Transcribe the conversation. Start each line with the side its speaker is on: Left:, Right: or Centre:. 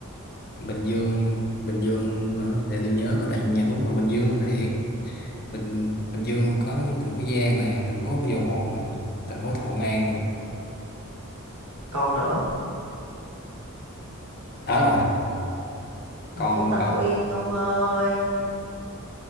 Left: Bình Dương, Bình Dương hả? Để tôi nhớ coi tại vì nhà tôi cũng còn Bình Dương thì Bình Bình Dương có thành phố Giang nè, thành phố Thủ Dầu Một nè, thành phố Thuận An nè.
Right: Còn nữa,
Left: Đó rồi,
Right: thành
Left: còn
Right: phố
Left: năm
Right: Tân
Left: còn.
Right: Uyên ông ơi.